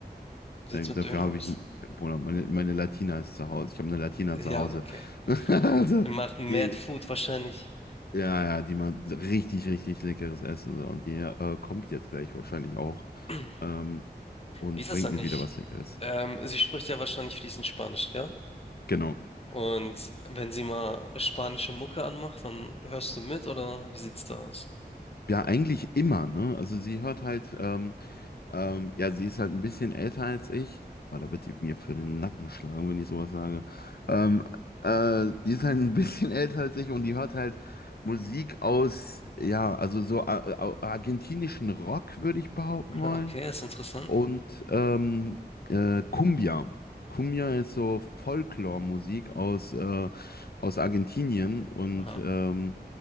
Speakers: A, on the left; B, on the left.
A: Wie
B: Da-
A: sieht's
B: Dafür
A: mit Döner
B: habe
A: aus?
B: ich, ein- ich hab- Bruder, meine, meine Latina ist zu Hause. Ich habe eine Latina
A: Ja,
B: zu Hause.
A: okay.
B: <laughs> Also,
A: Ihr macht Mad
B: die,
A: Food wahrscheinlich.
B: ja, ja, die macht richtig, richtig leckeres Essen. So. Und die äh, kommt jetzt gleich wahrscheinlich auch
A: <clears throat>
B: ähm, und
A: Wie ist
B: bringt
A: das eigentlich?
B: mir wieder was Leckeres.
A: Ähm, sie spricht ja wahrscheinlich fließend Spanisch, ja?
B: Genau.
A: Und wenn sie mal spanische Mucke anmacht, dann hörst du mit oder wie sieht's da aus?
B: Ja, eigentlich immer, ne? Also sie hört halt, ähm, Ähm, ja, sie ist halt ein bisschen älter als ich. Oh, da wird die mir für den Nacken schlagen, wenn ich sowas sage. Ähm, äh, die ist halt ein bisschen <laughs> älter als ich und die hört halt Musik aus, ja, also so äh, äh, argentinischen Rock, würde ich behaupten
A: <laughs>
B: wollen
A: Okay, ist interessant.
B: und ähm, äh, Cumbia. Cumbia ist so Folklore-Musik aus, äh, aus Argentinien und
A: Aha.
B: ähm,